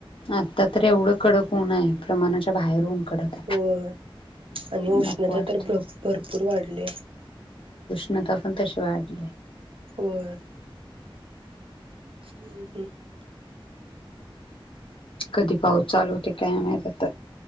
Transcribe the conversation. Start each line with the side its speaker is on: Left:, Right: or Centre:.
Left: आता तर एवढं कडक ऊन आय प्रमाणाच्या बाहेर ऊन कडक
Right: होय
Left: आहे
Right: आणि उष्णता
Left: नको वाटतंय
Right: तर भृ भरपूर वाढल्या
Left: नंतर पण तशी वाढली
Right: होय हम्म हम्म
Left: कधी पाऊस चालू होतोय काय माहित आता